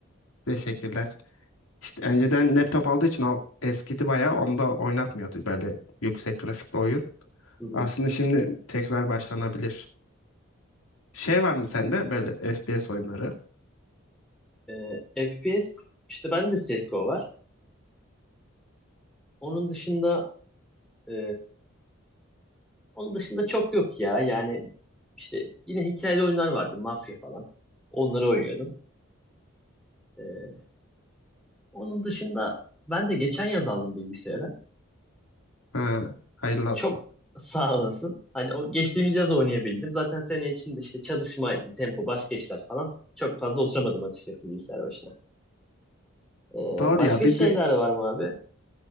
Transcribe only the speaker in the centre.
Hı hı.
E, FPS işte ben de CSGO var. Onun dışında e, onun dışında çok yok ya. Yani işte yine hikayeli oyunlar vardı. Mafya falan. Onları oynuyordum. E, onun dışında ben de geçen yaz aldım bilgisayarı.
Çok
<laughs> sağ olasın. Hani o geçtiğimiz yaz oynayabildim. Zaten sene içinde işte çalışmaydı, tempo, başka işler falan. Çok fazla oturamadım açıkçası bilgisayar başına. E,
başka
şeyler
var mı abi?